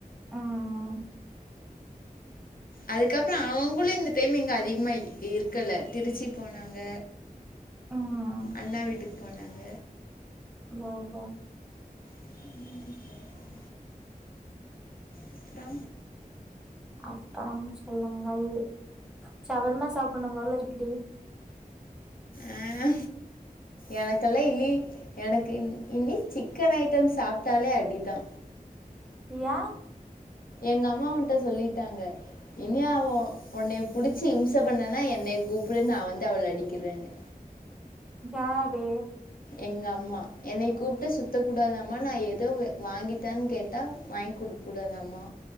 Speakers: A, in the centre; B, on the left.
A: ஆ ஆ
B: அதுக்கப்றோ அவுங்களு இந்த டைம் இங்க அதிகமா இருக்கல திருச்சி போனாங்க
A: ம்
B: அண்ணா வீட்டுக் போனாங்க
A: ஓ ஓ
B: ம் அப்றோ
A: அப்பறம் சொல்லுங்கள் ஷவர்மா சாப்பிட்ணு போல இருக்குடி
B: ஆ எனக்கெல்லா இனி எனக்கு இன் இனி சிக்கன் ஐட்டம் சாப்டாலே அடிதா
A: யா
B: எங்க அம்மா உன்ட சொல்லிட்டாங்க இனி அவ உன்னய புடிச்சி இம்ச பண்ணனா என்னைய கூப்டு நா வந்து அவள அடிக்கிறேன்னு
A: யாரு
B: எங்க அம்மா என்னய கூப்ட்டு சுத்தக் கூடாதாமா நா எத வாங்கித்தானு கேட்டா வாய்ங் குடுக் கூடா தாமா